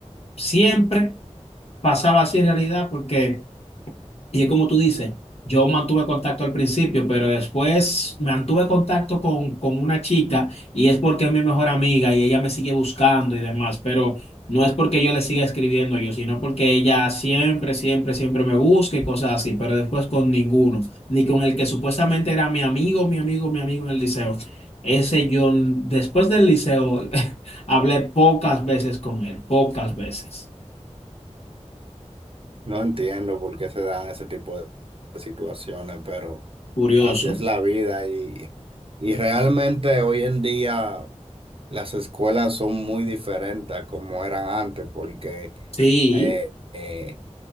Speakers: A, on the left; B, on the right.
A: Siempre pasaba así en realidad porque y es como tú dices, yo mantuve contacto al principio, pero después mantuve contacto con, con una chica y es porque es mi mejor amiga y ella me sigue buscando y demás, pero no es porque yo le siga escribiendo yo, sino porque ella siempre, siempre, siempre me busca y cosas así, pero después con ninguno, ni con el que supuestamente era mi amigo, mi amigo, mi amigo en el liceo. Ese yo, después del liceo, <laughs> hablé pocas veces con él, pocas veces.
B: No entiendo por qué se dan ese tipo de de situaciones, pero
A: Curioso.
B: así es la vida y, y realmente hoy en día las escuelas son muy diferentes a como eran antes porque...
A: Sí,
B: eh, eh,